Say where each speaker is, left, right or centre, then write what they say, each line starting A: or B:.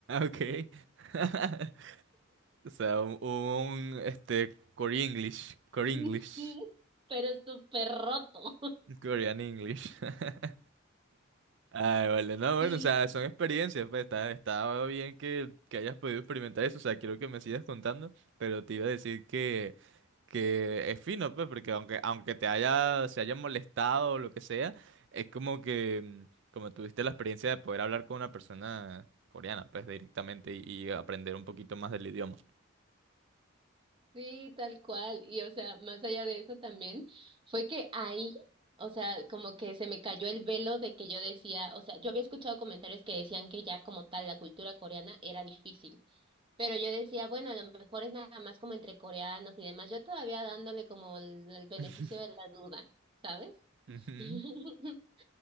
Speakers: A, on the right (about 60°); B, on the right (about 25°).
A: Ok. <laughs> O sea, un, un, este, Core English, Core
B: Entonces,
A: English,
B: <laughs> pero súper roto.
A: Korean English. <laughs> Ay, vale, no, bueno,
B: <laughs>
A: o sea, son experiencias, pues está, está bien que, que hayas podido experimentar eso, o sea, quiero que me sigas contando, pero te iba a decir que, que es fino, pues, porque aunque, aunque te haya, se haya molestado o lo que sea, es como que, mm, como tuviste la experiencia de poder hablar con una persona coreana, pues, directamente y, y aprender un poquito más del idioma.
B: Sí, tal cual. Y o sea, más allá de eso también, fue que ahí, o sea, como que se me cayó el velo de que yo decía, o sea, yo había escuchado comentarios que decían que ya como tal la cultura coreana era difícil, pero yo decía, bueno, a lo mejor es nada más como entre coreanos y demás, yo todavía dándole como el, el beneficio
A: <laughs>
B: de la duda, ¿sabes?
A: Ujú.
B: <laughs>